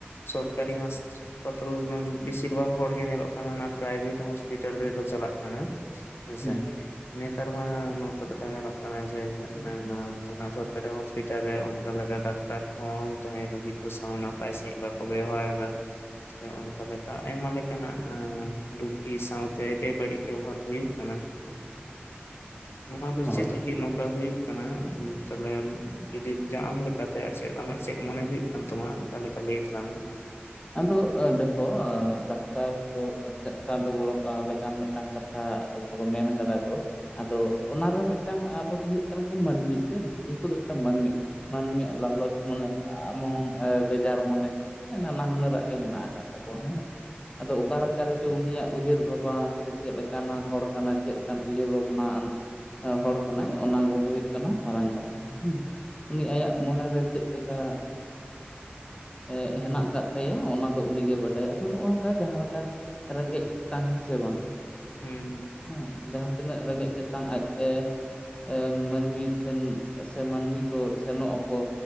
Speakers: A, on the left; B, on the left.
A: ᱥᱚᱨᱠᱟᱨᱤ ᱦᱟᱸᱥ ᱯᱟᱴᱟᱞ ᱵᱟᱝ ᱵᱮᱥᱤᱨ ᱵᱷᱟᱜᱽ ᱦᱚᱲ ᱜᱮ ᱧᱮᱞᱚᱜ ᱠᱟᱱᱟ ᱚᱱᱟ ᱯᱨᱟᱭᱵᱷᱮᱴ ᱦᱟᱸᱥᱯᱟᱛᱟᱞ ᱨᱮᱠᱚ ᱪᱟᱞᱟᱜ ᱠᱟᱱᱟ᱾ ᱦᱮᱸ
B: ᱦᱩᱸ
A: ᱥᱮ ᱱᱮᱛᱟᱨ ᱢᱟ ᱱᱚᱝᱠᱟ ᱧᱮᱞᱚᱜ ᱠᱟᱱᱟ ᱡᱮ, ᱡᱟᱦᱟᱸ ᱥᱚᱨᱠᱟᱨᱤ ᱦᱟᱸᱥᱯᱟᱛᱟᱞ ᱨᱮ ᱚᱱᱠᱟ ᱞᱮᱠᱟ ᱰᱟᱠ ᱛᱟᱨ ᱦᱚᱸ ᱡᱟᱦᱟᱸᱭ ᱨᱩᱜᱤ ᱠᱚ ᱥᱟᱶ ᱱᱟᱯᱟᱭ ᱥᱟᱺᱦᱤᱡ ᱵᱟᱠᱚ ᱵᱮᱣᱦᱟᱨ ᱮᱫᱟ, ᱚᱱᱠᱟ ᱞᱮᱠᱟ ᱟᱭᱢᱟ ᱞᱮᱠᱟᱱᱟᱜ ᱨᱩᱜᱤ ᱥᱟᱶᱛᱮ ᱵᱮ-ᱵᱟᱹᱲᱤᱡ ᱵᱮᱵᱚᱦᱟᱨ ᱦᱩᱭᱩᱜ ᱠᱟᱱᱟ᱾ ᱱᱚᱣᱟ ᱫᱚ
B: ᱦᱳᱭ
A: ᱪᱮᱫ ᱞᱟᱹᱜᱤᱫ ᱱᱚᱝᱠᱟ ᱦᱩᱭᱩᱜ ᱠᱟᱱᱟ? ᱠᱟᱱᱟ ᱛᱟᱦᱚᱞᱮ ᱡᱚᱫᱤ ᱟᱢ ᱞᱮᱠᱟᱛᱮ ᱪᱮᱫ ᱟᱢᱟᱜ ᱪᱮᱫ ᱢᱚᱱᱮ ᱦᱩᱭᱩᱜ᱾ ᱠᱟᱱ ᱛᱟᱢᱟ ᱚᱱᱠᱟ ᱞᱮᱠᱟ ᱞᱟᱹᱭ ᱢᱮ?
B: ᱟᱫᱚ ᱫᱮᱠᱷᱚ ᱰᱟᱠᱴᱟᱨ ᱫᱚ ᱪᱟᱸᱫᱚ ᱵᱚᱸᱜᱟ ᱞᱮᱠᱟᱱ ᱢᱤᱫᱴᱟᱝ ᱠᱟᱛᱷᱟ ᱦᱟᱜ <unintelligible> ᱠᱚ ᱢᱮ ᱢᱮᱱ ᱠᱟᱫᱟ ᱠᱚ ᱟᱫᱚ ᱚᱱᱟᱨᱮᱦᱚᱸ ᱢᱮᱫᱴᱟᱝ ᱟᱵᱚ ᱫᱚ ᱦᱩᱭᱩᱜ ᱠᱟᱱᱟ ᱠᱚ ᱢᱟᱹᱱᱢᱤ ᱥᱮ ᱩᱱᱠᱩ ᱫᱚ ᱢᱤᱫᱴᱟᱝ ᱢᱟᱹᱱᱢᱤ ᱾ ᱢᱟᱹᱱᱢᱤᱭᱟᱜ ᱞᱟᱞᱚᱪ ᱢᱚᱱᱮ <unintelligible> ᱵᱮᱡᱟᱨ ᱢᱚᱱᱮ ᱱᱟᱱᱟ ᱦᱩᱱᱟᱹᱨᱟᱜ ᱜᱮ ᱦᱮᱱᱟᱜ ᱟᱠᱟᱫ ᱛᱟᱠᱚᱣᱟ ᱦᱮᱸ ᱾ ᱟᱫᱚ ᱚᱠᱟ ᱞᱟᱠᱟ ᱨᱮ ᱪᱚ ᱩᱱᱤᱭᱟᱜ ᱩᱭᱦᱟᱹᱨ ᱵᱷᱟᱵᱟᱣ ᱥᱮ ᱪᱮᱫ ᱞᱮᱠᱟᱱᱟᱜ ᱦᱚᱲ ᱠᱟᱱᱟ ᱪᱮᱫ ᱞᱮᱠᱟᱱ ᱩᱭᱦᱟᱹᱨ ᱵᱷᱟᱵᱽᱱᱟ ᱦᱚᱲ ᱠᱟᱱᱟᱭ ᱚᱱᱟ ᱜᱚ ᱦᱩᱭᱩᱜ ᱠᱟᱱᱟ ᱢᱟᱨᱟᱝ ᱠᱟᱛᱷᱟ ᱦᱩᱸ ᱩᱱᱤ ᱟᱭᱟᱜ ᱢᱚᱱᱮᱨᱮ ᱪᱮᱫᱞᱮᱠᱟ, ᱮ ᱦᱮᱱᱟᱜ ᱟᱠᱟᱫ ᱛᱟᱭᱟ ᱟᱭᱟ ᱚᱱᱟ ᱫᱚ ᱩᱱᱤᱜᱮᱭ ᱵᱟᱰᱟᱭᱟ ᱟᱫᱚ ᱱᱚᱜ ᱱᱚᱝᱠᱟ ᱡᱟᱦᱟᱸ ᱞᱮᱠᱟ ᱨᱮᱸᱜᱮᱡ ᱛᱮᱛᱟᱝ ᱦᱮᱸ ᱥᱮ ᱵᱟᱝ
A: ᱦᱩᱸ
B: ᱦᱮᱸ ᱡᱟᱦᱟᱸ ᱛᱤᱱᱟᱹᱜ ᱨᱮᱸᱜᱮᱡ ᱛᱮᱛᱟᱝ ᱟᱡ ᱮ ᱮ ᱢᱟᱹᱱᱢᱤ ᱴᱷᱮᱱ ᱥᱮ ᱢᱟᱹᱱᱢᱤ ᱠᱚ ᱥᱮᱱᱚᱜ ᱟᱠᱚ